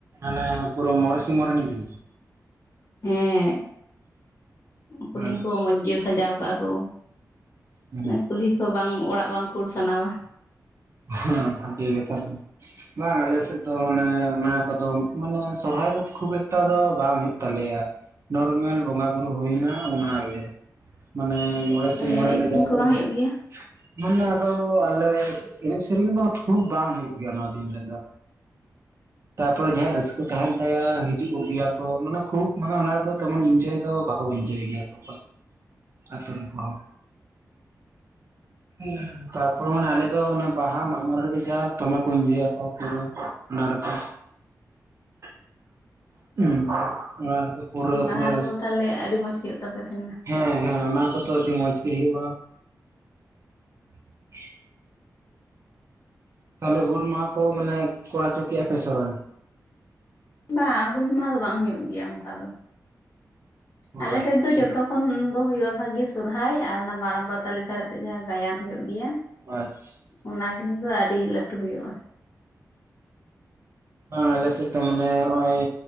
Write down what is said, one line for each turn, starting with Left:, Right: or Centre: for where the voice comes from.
Right: ᱢᱟᱱᱮ ᱯᱩᱨᱟᱹ ᱢᱚᱨᱮ ᱥᱤᱧ ᱢᱚᱨᱮ ᱧᱤᱫᱟᱹ?
Left: ᱦᱮᱸ ᱠᱩᱞᱦᱤ
Right: ᱟᱪᱪᱷᱟ
Left: ᱠᱚ ᱢᱚᱸᱡᱽ ᱜᱮ ᱥᱟᱡᱟᱣ ᱠᱟᱜᱼᱟ ᱠᱚ᱾
Right: ᱦᱩᱸ
Left: ᱠᱩᱞᱦᱤ ᱠᱷᱚ ᱵᱟᱝ ᱚᱲᱟᱜ ᱵᱟᱝ ᱠᱷᱩᱲ ᱥᱟᱱᱟᱣᱟ᱾
Right: ᱦᱮᱸ ᱵᱷᱟᱜᱮ ᱜᱮ ᱛᱟᱦᱚᱞᱮ᱾ ᱵᱟᱝ ᱟᱞᱮ ᱥᱮᱫ ᱫᱚ ᱢᱟᱱᱮ ᱚᱱᱟ ᱠᱚᱫᱚ ᱢᱟᱱᱮ ᱥᱚᱦᱨᱟᱭ ᱠᱷᱩᱵ ᱮᱠᱴᱟ ᱫᱚ ᱵᱟᱝ ᱦᱩᱭᱩᱜ ᱛᱟᱞᱮᱭᱟ᱾ ᱱᱚᱨᱢᱟᱞ ᱵᱚᱸᱜᱟ ᱵᱩᱨᱩ ᱦᱩᱭ ᱱᱟ ᱚᱱᱟ ᱜᱮ᱾ ᱢᱟᱱᱮ ᱢᱚᱬᱮ
Left: ᱛᱟᱦᱞᱮ
Right: ᱥᱤᱝ ᱢᱚᱬᱮ
Left: ᱮᱱᱮᱡ
Right: ᱧᱤᱫᱟᱹ
Left: ᱥᱮᱨᱮᱧ
Right: ᱡᱟᱦᱟ ᱠᱚ
Left: ᱵᱟᱝ
Right: ᱮᱱᱮᱡ
Left: ᱦᱩᱭᱩᱜ ᱜᱮᱭᱟ
Right: ᱢᱟᱱᱮ ᱟᱫᱚ ᱟᱞᱮ ᱮᱱᱮᱡ ᱥᱮᱨᱮᱧ ᱫᱚ ᱠᱷᱩᱵ ᱵᱟᱝ ᱦᱩᱭᱩᱜ ᱜᱮᱭᱟ ᱱᱚᱣᱟ ᱫᱤᱱ ᱨᱮᱫᱚ᱾ ᱛᱟᱯᱚᱨ ᱡᱟᱦᱟᱸ ᱨᱟᱹᱥᱠᱟᱹ ᱛᱟᱦᱮᱱ ᱛᱟᱭᱟ ᱦᱤᱡᱩᱜ ᱚᱜ ᱜᱮᱭᱟ ᱠᱚ ᱢᱟᱱᱮ ᱠᱷᱩᱵ ᱢᱟᱱᱮ ᱚᱱᱟ ᱨᱮᱫᱚ ᱛᱮᱢᱚᱱ ᱤᱱᱡᱚᱭ ᱫᱚ ᱵᱟᱠᱚ ᱤᱱᱡᱚᱭ ᱜᱮᱭᱟ ᱠᱚ ᱟᱛᱩ ᱨᱮᱱ ᱠᱚᱦᱚᱸ᱾ ᱦᱩᱸ ᱛᱟᱨᱯᱚᱨ ᱢᱟᱱᱮ ᱟᱞᱮ ᱫᱚ ᱵᱟᱦᱟ ᱢᱟᱜ ᱢᱚᱬᱮ ᱨᱮᱜᱮ ᱡᱟ ᱫᱚᱢᱮ ᱠᱚ ᱤᱱᱡᱚᱭᱟᱠᱚ ᱯᱩᱨᱟᱹ ᱚᱱᱟ ᱨᱮᱫᱚ᱾ <inaudible> ᱦᱩᱸ ᱟᱨ ᱫᱚ ᱯᱩᱨᱟ.
Left: ᱵᱟᱦᱟ
Right: ᱯᱩᱨᱟᱹ
Left: ᱠᱚᱫᱚ ᱛᱟᱦᱚᱞᱮ ᱟᱹᱰᱤ ᱢᱚᱸᱡᱽ ᱦᱩᱭᱩᱜ ᱛᱟᱯᱮ ᱛᱟᱦᱮᱱᱟ
Right: ᱦᱮᱸ ᱦᱮᱸ ᱚᱱᱟ ᱠᱚᱛᱚ ᱟᱹᱰᱤ ᱢᱚᱸᱡᱽ ᱜᱮ ᱦᱩᱭᱩᱜᱼᱟ᱾ <unintelligible> ᱛᱟᱦᱞᱮ ᱦᱩᱞ ᱢᱟᱦᱟ ᱠᱚ ᱢᱟᱱᱮ ᱠᱚᱨᱟ ᱪᱚ ᱠᱮᱭᱟ ᱯᱮ ᱥᱮ ᱵᱟᱝ?
Left: ᱵᱟ ᱦᱩᱞ ᱢᱟᱦᱟ ᱫᱚ ᱵᱟᱝ ᱦᱩᱭᱩᱜ ᱜᱮᱭᱟ ᱚᱱᱠᱟ ᱫᱚ᱾
Right: ᱚ
Left: ᱟᱞᱮ
Right: ᱟᱪᱪᱷᱟ
Left: ᱴᱷᱮᱫ ᱫᱚ ᱡᱚᱛᱚ ᱠᱷᱚᱱ ᱫᱚ ᱦᱳᱭᱳᱼᱟ ᱵᱷᱟᱜᱤ ᱥᱚᱨᱦᱟᱭ ᱟᱨ ᱚᱱᱟ ᱢᱟᱨᱟᱝ ᱯᱟᱛᱟ ᱞᱟᱥᱟᱲᱦᱮᱫ ᱛᱮ ᱡᱟᱦᱟᱸ ᱜᱟᱭᱟᱱ ᱦᱳᱭᱳᱜ ᱜᱮᱭᱟ
Right: ᱟ <unintelligible>
Left: ᱚᱱᱟ ᱜᱤᱱ ᱫᱚ ᱟᱹᱰᱤ ᱞᱟᱹᱴᱩ ᱦᱩᱭᱩᱜᱼᱟ᱾
Right: ᱦᱩᱸ ᱟᱞᱮ ᱥᱮᱫ ᱛᱚ ᱢᱟᱱᱮ ᱱᱚᱜᱼᱚᱭ